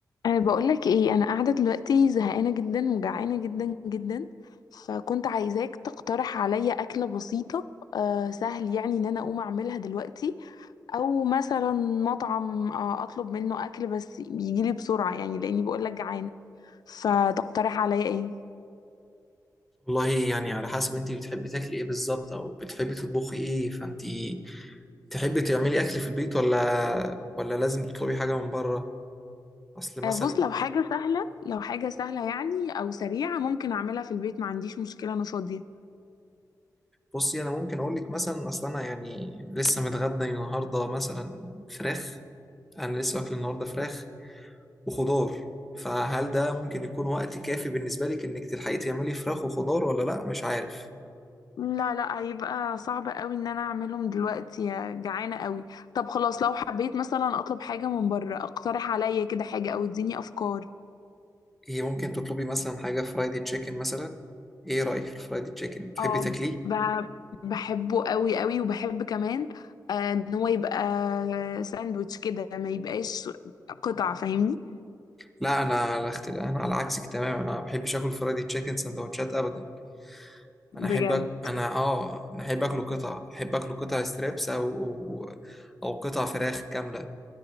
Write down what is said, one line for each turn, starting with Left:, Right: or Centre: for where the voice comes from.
Left: أه بقولك ايه انا قاعده دلوقتي زهقانه جدا وجعانه جدا جدا فكنت عايزاك تقترح عليا اكله بسيطه أه سهل يعني ان انا اقوم اعملها دلوقتي او مثلا مطعم أه اطلب منه اكل بس يجيلي بسرعه يعني لاني بقولك جعانه فتقترح عليا ايه
Centre: والله يعني على حسب انت بتحبي تاكلي ايه بالظبط او بتحبي تطبخي ايه فانت تحبي تعملي اكل في البيت ولا ولا لازم تطلبي حاجه من بره اصل مثلا
Left: أه بص لو حاجه سهله لو حاجه سهله يعني او سريعه ممكن اعملها في البيت ما عنديش مشكله انا فاضيه
Centre: بصي انا ممكن اقول لك مثلا اصل انا يعني لسه متغدى النهارده مثلا فراخ انا لسه واكل النهارده فراخ وخضار فهل ده ممكن يكون وقت كافي بالنسبه لك انك تلحقي تعملي فراخ وخضار ولا لا مش عارف
Left: لا لا هيبقى صعب قوي ان انا اعملهم دلوقتي يا جعانة قوي طب خلاص لو حبيت مثلا اطلب حاجة من بره اقترح عليا كده حاجة او اديني افكار
Centre: هي ممكن تطلبي مثلا حاجه فرايدي تشيكن مثلا ايه رايك في الفرايدي تشيكن تحبي
Left: اه
Centre: تاكليه
Left: ب- بحبه قوي قوي وبحب كمان آه، ان هو يبقى ساندوتش كده ما يبقاش قطع فاهمني
Centre: لا انا على اخت... انا على عكسك تماما انا ما بحبش اكل فرايدي تشيكن سندوتشات ابدا
Left: بجد
Centre: انا احب أك... انا اه انا احب اكله قطع احب اكله قطع ستريبس او او, أو قطع فراخ كامله